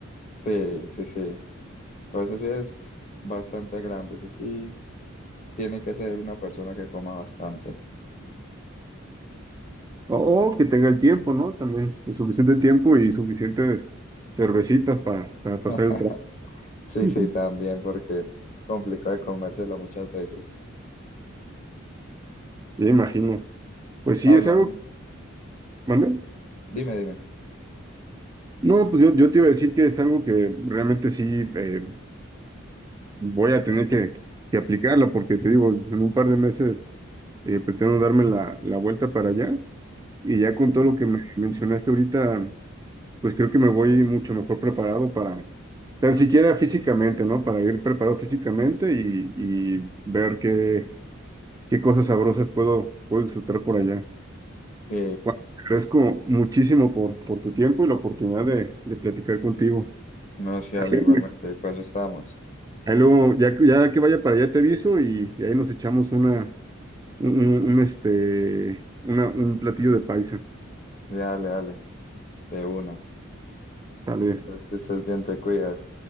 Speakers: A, on the left (about 35°); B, on the right (about 15°).
A: Sí, sí, sí. Pero ese sí es bastante grande, ese sí tiene que ser una persona que coma bastante.
B: O, o que tenga el tiempo, ¿no? También, el suficiente tiempo y suficientes cervecitas para, para
A: <laughs>
B: pasar el trabajo.
A: Sí,
B: Ujú.
A: sí, también, porque complicado de comérsela muchas veces.
B: Me imagino. Pues sí,
A: Hablan,
B: es algo, ¿mande?
A: dime, dime.
B: No, pues yo, yo te iba a decir que es algo que realmente sí eh, voy a tener que, que aplicarlo, porque te digo, en un par de meses eh, pretendo darme la, la vuelta para allá y ya con
A: Sí,
B: todo lo que me mencionaste ahorita, pues creo que me voy mucho mejor preparado para, tan siquiera físicamente, ¿no? Para ir preparado físicamente y, y ver qué, qué cosas sabrosas puedo, puedo disfrutar por allá.
A: Sí,
B: Bueno, te agradezco muchísimo por, por tu tiempo y la oportunidad de, de platicar contigo.
A: no, sí,
B: Ahí,
A: dale, igualmente, para eso estamos.
B: ahí luego, ya, que- ya que vaya para allá te aviso y, y ahí nos echamos una, un, un- un, este, una, un platillo de paisa.
A: Sí, Dale, dale, de una.
B: tal vez.
A: Es que estés bien, te cuidas.